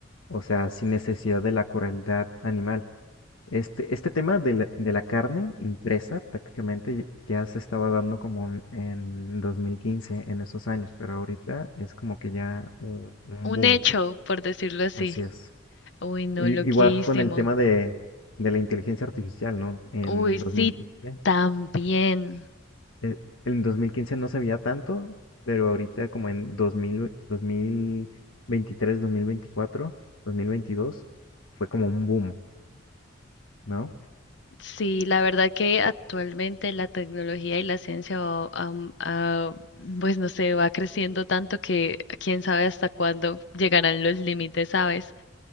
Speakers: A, on the left; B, on the left.
A: o sea, sin necesidad de la crueldad animal. Este, este tema de la, de la carne impresa prácticamente ya se estaba dando como en en 2015, en esos años, pero ahorita es como que ya uh, un
B: un
A: boom,
B: hecho, por decirlo así.
A: así es.
B: Uy, no,
A: Y-
B: loquísimo.
A: igual con el tema de, de la inteligencia artificial, ¿no? En
B: Uy, sí,
A: 2015
B: también.
A: el- En 2015 no sabía tanto, pero ahorita como en 2000, 2023, 2024, 2022, fue como un boom, ¿no?
B: Sí, la verdad que actualmente la tecnología y la ciencia, va- am- ah, pues no sé, va creciendo tanto que quién sabe hasta cuándo llegarán los límites, ¿sabes?